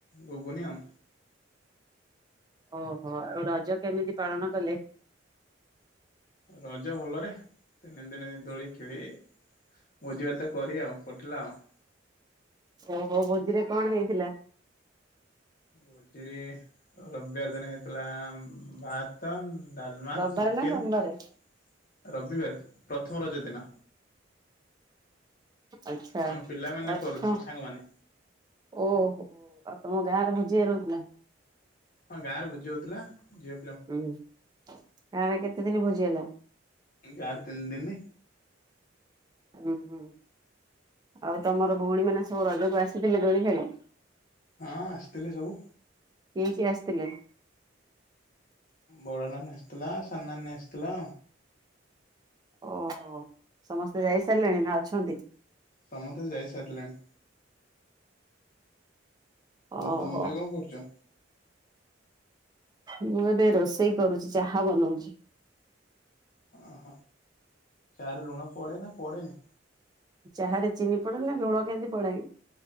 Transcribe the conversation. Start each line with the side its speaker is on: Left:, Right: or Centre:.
Left: ଘୁଗୁନି ଆଉ
Right: ଓହୋ ଆଉ ରଜ କେମିତି ପାଳନ କଲେ?
Left: ରଜ ଭଲରେ ତିନି ଦିନେ ଦୋଳି ଖେଳି ଭୋଜି ଭାତ କରି ଆଉ କଟିଲା ଆଉ।
Right: ଓହୋ ଭୋଜିରେ କଣ ହେଇଥିଲା?
Left: ଭୋଜିରେ ରବିବାର ଦିନ ହେଇଥିଲା ଭ ଭାତ, ଡାଲମା,
Right: ରବିବାରେ
Left: ଚିକେନ
Right: ନା ସୋମବାରେ?
Left: ରବିବାର ପ୍ରଥମ ରଜ ଦିନ।
Right: ଆଚ୍ଛା
Left: ଆମ ପିଲାମାନେ
Right: <inaudible>
Left: କରୁଥିଲୁ ସାଙ୍ଗମାନେ
Right: ଓହୋ ଆଉ ତମ ଗାଁ ରେ ଭୋଜି ହେଇନଥିଲା?
Left: ହଁ ଗାଁ ରେ ଭୋଜି ହଉଥିଲା ଝଅ
Right: ହୁଁ ଗାଁରେ କେତେ ଦିନ ଭୋଜି ହେଲା?
Left: ଗାଁରେ ତିନ୍ ଦିନ୍।
Right: ହୁଁ ହୁଁ। ଆଉ ତମର ଭଉଣୀମାନେ ସବୁ ରଜକୁ ଆସିଥିଲେ ଦୋଳି ଖେଳି।
Left: ହଁ ଆସିଥିଲେ ସବୁ।
Right: କିଏ କିଏ ଆସିଥିଲେ?
Left: ବବଡ଼ ନାନୀ ଆସିଥିଲା ସାନ ନାନୀ ଆସିଥିଲା।
Right: ଓହୋ ସମସ୍ତେ ଯାଇ ସାରିଲେଣି ନା ଅଛନ୍ତି?
Left: ସମସ୍ତେ ଯାଇ ସାରିଲେଣି।
Right: ଓହୋ
Left: ତମେ କଣ କରୁଛ?
Right: ମୁଁ ଏବେ ରୋଷେଇ କରୁଛି ଚାହା ବନଉଛି।
Left: ଅହ ଚା ରେ ଲୁଣ ପଡେ ନା ପଡେନି?
Right: ଚାହା ରେ ଚିନି ପଡେ ନା ଲୁଣ କେମିତି ପଡେ